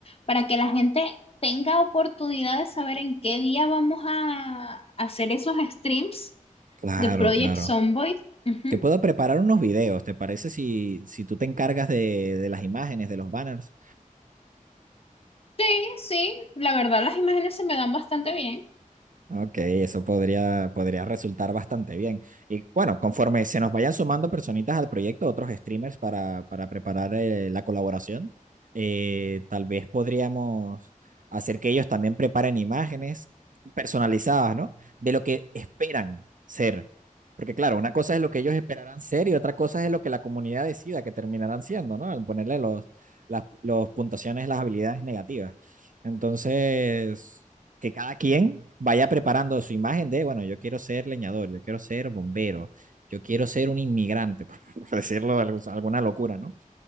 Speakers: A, on the left; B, on the right.
A: para que la gente tenga oportunidad de saber en qué día vamos a hacer esos streams
B: claro,
A: The Project
B: claro.
A: Zomboid. Ujú.
B: Yo puedo preparar unos videos, ¿te parece si, si tú te encargas de, de las imágenes, de los banners?
A: Sí, sí, la verdad las imágenes se me dan bastante bien.
B: Ok, eso podría, podría resultar bastante bien. Y bueno, conforme se nos vayan sumando personitas al proyecto, otros streamers para, para preparar eh, la colaboración, eh, tal vez podríamos hacer que ellos también preparen imágenes personalizadas, ¿no? De lo que esperan ser. Porque claro, una cosa es lo que ellos esperarán ser y otra cosa es lo que la comunidad decida que terminarán siendo, ¿no? Al ponerle los, las los puntuaciones, las habilidades negativas. Entonces que cada quien vaya preparando su imagen de, bueno, yo quiero ser leñador, yo quiero ser bombero, yo quiero ser un inmigrante, <laughs> por decirlo alguna locura, ¿no?